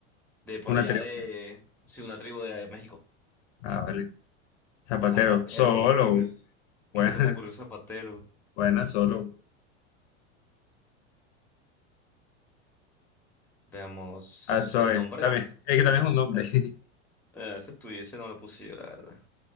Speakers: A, in the centre; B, on the left.
A: de por allá
B: Una tribu.
A: de, sí, una tribu de México.
B: Ah, vale. Zapatero.
A: Zapatero,
B: Solo.
A: uy, no, s-
B: Buena,
A: no se me ocurrió Zapatero.
B: <laughs> buena, solo.
A: Veamos,
B: Ah, Zoe.
A: el nombre.
B: También.
A: ¿no?
B: Es que también
A: Mm,
B: es un nombre.
A: eh,
B: <laughs>
A: eh, Ese estudio, ese no lo puse yo, la verdad.